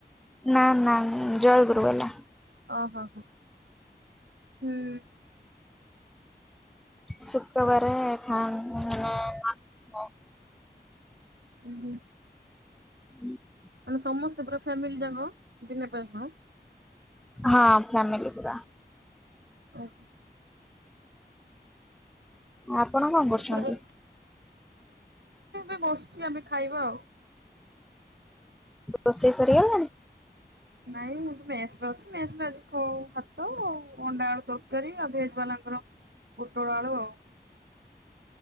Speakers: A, in the centre; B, on the right (about 75°).
A: ନା ନା ଜୟଗୁରୁ ବାଲା।
B: ଓ ହୋ ହ। ହୁଁ।
A: ଶୁକ୍ରବାରେ ଖାନ୍ <inaudible>
B: ଉ ହୁଁ।
A: <inaudible>
B: ମାନେ ସମସ୍ତେ ପୁରା ଫ୍ୟାମିଲି ଯାକ ବିନା ପିଆଜ ରସୁଣ।
A: ହଁ ଫ୍ୟାମିଲି ପୁରା।
B: ଓହୋ
A: ଆପଣ କଣ କରୁଛନ୍ତି?
B: ଶୁକ୍ରବାର ଏ ବସୁଛି ଆମେ ଖାଇବା ଆଉ।
A: ରୋଷେଇ ସରିଗଲାଣି?
B: ନାଇଁ ମୁଁ ତ ମେଶ୍ ରେ ଅଛି। ନେସ୍ ରେ ଆଜି କୋଉ ଭା ତ ଆଉ ଅଣ୍ଡା ଆଳୁ ତରକାରୀ। ଆଉ ଭେଜ ବାଲାଙ୍କର ପୋଟଳ ଆଳୁ ଆଉ।